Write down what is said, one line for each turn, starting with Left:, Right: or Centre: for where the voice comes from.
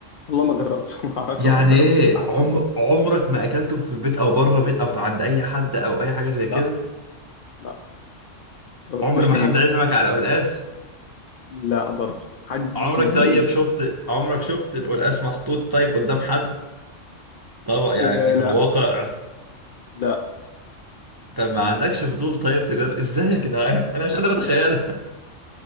Left: والله ما جربته <laughs> ما اعرفش
Right: يعني
Left: ما جربتوش
Right: ايه
Left: لحد
Right: عمر
Left: دلوقتي.
Right: عمرك ما اكلته في البيت او بره بيت او في عند اي حد او اي حاجه زي كده
Left: لا لا ما جربتوش
Right: عمر ما حد
Left: نهائي
Right: عزمك على قلقاس
Left: لا برضه حدش
Right: عمرك
Left: نهائي
Right: طيب شفت عمرك شفت القلقاس محطوط طيب قدام حد طبعا يعني
Left: أه
Right: في
Left: لا
Right: الواقع
Left: لا
Right: طب ما عندكش فضول طيب تجار ازاي يا جدعان انا مش قادر اتخيلها